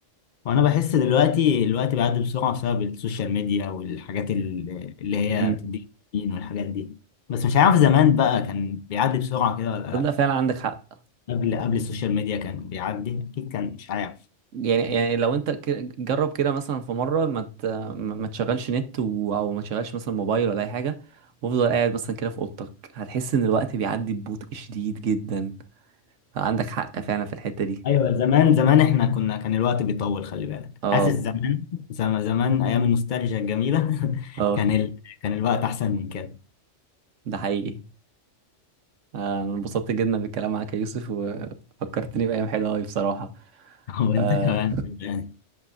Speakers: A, on the left; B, on the right.
A: وانا بحس دلوقتي الوقت بيعدي بسرعة بسبب السوشيال ميديا والحاجات ال- اللي هي
B: امم
A: بتديك دوبامين والحاجات دي بس مش عارف زمان بقى كان بيعدي بسرعة كده ولا لا
B: لا فعلا عندك حق
A: قبل قبل السوشيال ميديا كان بيعدي اكيد كان مش عارف
B: يعني يعني لو انت ك- جرب كده مثلا في مرة ما ت... ما ما تشغلش نت و... او ما تشغلش مثلا موبايل ولا اي حاجة وافضل قاعد مثلا كده في اوضتك هتحس ان الوقت بيعدي ببطء شديد جدا فعندك حق فعلا في الحتة دي
A: ايوه زمان زمان احنا كنا كان الوقت بيطول خلي بالك
B: اه
A: حاسس زمان زم- زمان ايام النوستالجيا الجميله <laughs>
B: اه
A: كان ال... كان الوقت احسن من كده
B: ده حقيقي آه، انا انبسطت جدا بالكلام معاك يا يوسف وفكرتني بأيام حلوة أوي بصراحة
A: <laughs> وانت
B: آه
A: كمان يعني